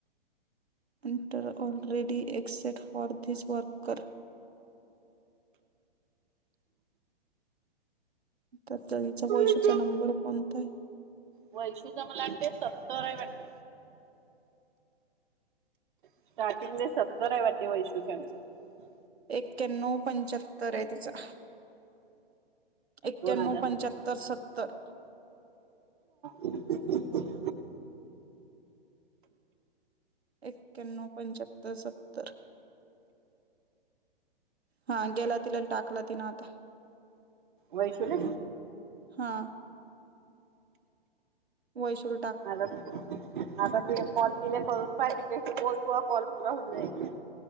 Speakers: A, on the right; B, on the right.
A: enter already exceed for this worker त्या हीचा वैशुचा
B: याच्यावर
A: नंबर कोणताए
B: वैशूचा मला वाटतेय सत्तर हाय वाटत स्टार्टिंगने सत्तर आहे वाटते वैशुचा नं
A: एक्याण्णउ पंच्यात्तर आहे तिचा हा एक्याण्णउ
B: दोन हजार
A: पंच्यात्तर सत्त त्तर
B: हम्मम
A: एक्याण्णउ पंच्यात्तर सत्तर हा गेला तिला टाकला तिनं आता
B: वैशुला
A: हा वैशडु
B: मला आता तू काॅल किल्या करून पाहिजे बोलतुवा काॅल पुरा होऊंदे